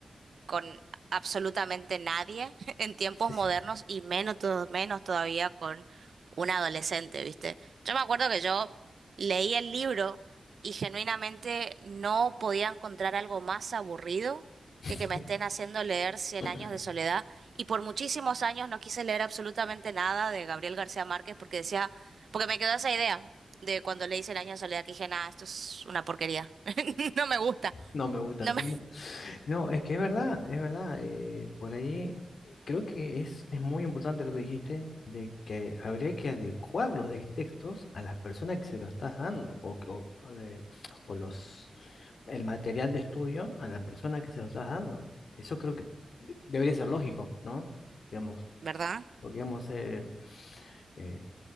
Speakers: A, on the right; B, on the left.
A: con absolutamente nadie <laughs> en tiempos
B: Sí, sí.
A: modernos y menos, to- menos todavía con un adolescente, ¿viste? Yo me acuerdo que yo leí el libro y genuinamente no podía encontrar algo más aburrido
B: <laughs>
A: que que me estén haciendo leer Cien
B: <clears throat>
A: años de soledad y por muchísimos años no quise leer absolutamente nada de Gabriel García Márquez porque decía, porque me quedó esa idea. De cuando leí Cien años de soledad, que dije, nada, esto es una porquería. <laughs> No me gusta.
B: No me gusta
A: No
B: así,
A: me...
B: no. No, es que es verdad, es verdad. eh, por ahí creo que es, es muy importante lo que dijiste, de que habría que adecuar los de- textos a las personas que se lo estás dando, o, o, de- o los, el material de estudio a la persona que se lo estás dando. Eso creo que de- debería ser lógico, ¿no? Digamos,
A: ¿Verdad?
B: porque digamos, eh, eh,